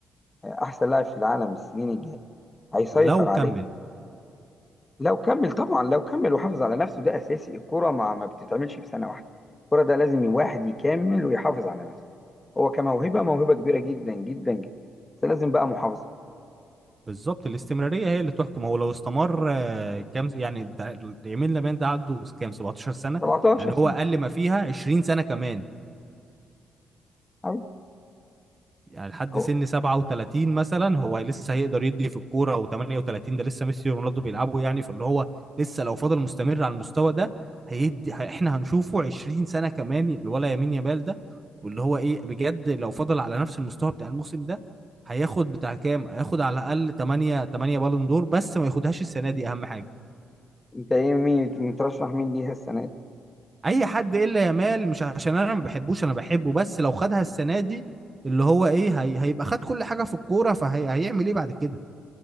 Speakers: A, on the left; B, on the right.
A: احسن لاعب في العالم السنين الجايه هيسيطر
B: لو
A: عليه
B: كمل
A: لو كمل طبعا لو كمل وحافظ على نفسه ده اساسي الكرة ما ما بتتعملش في سنة واحدة الكرة ده لازم واحد يكمل ويحافظ على نفسه هو كموهبة موهبة كبيرة جدا جدا جدا بس لازم بقى محافظة
B: بالظبط الاستمرارية هي اللي تحكم هو لو استمر آه، كام يعني تع- يمين لمين ده عنده كام 17 سنة
A: 17
B: يعني
A: سنة
B: هو أقل ما فيها 20 سنة كمان
A: أيوة
B: يعني لحد
A: هو
B: سن 37 مثلا هو لسه هيقدر يدي في الكورة و38 ده لسه ميسي ورونالدو بيلعبوا يعني فاللي هو لسه لو فضل مستمر على المستوى ده هيدي ه- احنا هنشوفه 20 سنة كمان الولا يمين يامال ده واللي هو ايه بجد لو فضل على نفس المستوى بتاع الموسم ده هياخد بتاع كام هياخد على الأقل 8 8 بالون دور بس ما ياخدهاش السنة دي أهم حاجة
A: انت ايه مين مترشح مين ليها السنة دي
B: اي حد الا يامال مش عشان انا ما بحبوش انا بحبه بس لو خدها السنه دي اللي هو ايه هي... هيبقى خد كل حاجه في الكوره فهيعمل ايه بعد كده